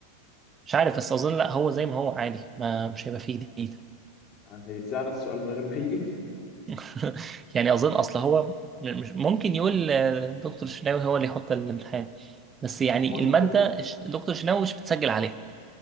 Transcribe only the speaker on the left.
هيرزعنا السؤال من غير ما يجي
هو انت